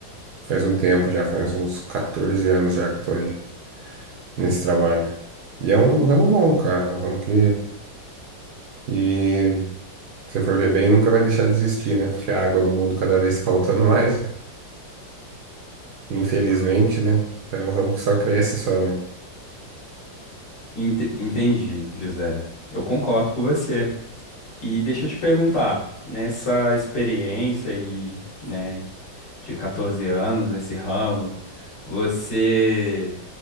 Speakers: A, on the right; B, on the left.
A: Faz um tempo já, faz uns 14 anos já que eu tô aí nesse trabalho. E é um ramo bom, cara, é um ramo que, que se for ver bem, nunca vai deixar de existir, né? Porque a água no mundo cada vez faltando mais, infelizmente, né? Então é um ramo que só cresce só, né?
B: Ente- entendi, José. Eu concordo com você. E deixa eu te perguntar, nessa experiência e, né, de 14 anos nesse ramo, você